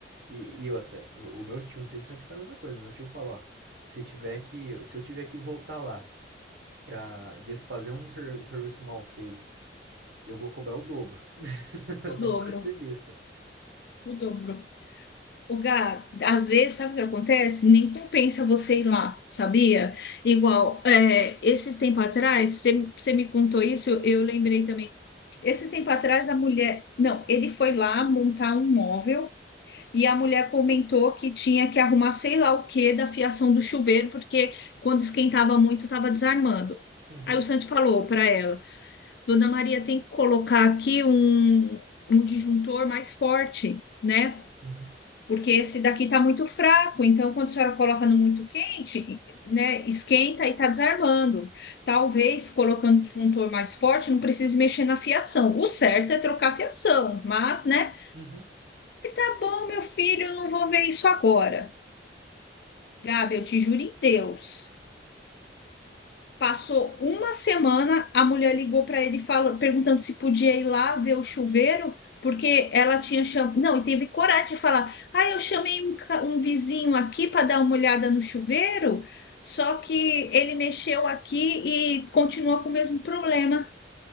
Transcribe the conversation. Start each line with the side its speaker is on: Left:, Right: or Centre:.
Right: e, e outra, o, o meu tio, não sei se o Santos foi a mesma coisa, mas meu tio falou, ó, se tiver que, se eu tiver que voltar lá pra desfazer um, ser- um serviço mal feito, eu vou cobrar o dobro. <laughs>
Left: O
Right: Só
Left: dobro,
Right: para de ser besta.
Left: o dobro. O Gá, às vezes, sabe o que acontece? Nem compensa você ir lá, sabia? Igual, é, esses tempos atrás, você você me contou isso, eu eu lembrei também Esse tempo atrás, a mulher. Não, ele foi lá montar um móvel e a mulher comentou que tinha que arrumar sei lá o que da fiação do chuveiro, porque quando esquentava muito, estava desarmando.
Right: Uhum,
Left: Aí o Santi falou para ela: Dona Maria, tem que colocar aqui um, um disjuntor mais forte, né?
Right: uhum,
Left: porque esse daqui está muito fraco, então quando a senhora coloca no muito quente, né, esquenta e está desarmando. Talvez colocando um disjuntor mais forte, não precise mexer na fiação. O certo é trocar a fiação, mas, né,
Right: uhum,
Left: tá bom, meu filho, eu não vou ver isso agora. Gabi, eu te juro em Deus. Passou uma semana, a mulher ligou para ele fala, perguntando se podia ir lá ver o chuveiro, porque ela tinha chamado. Não, e teve coragem de falar: ah, eu chamei um, ca- um vizinho aqui para dar uma olhada no chuveiro, só que ele mexeu aqui e continua com o mesmo problema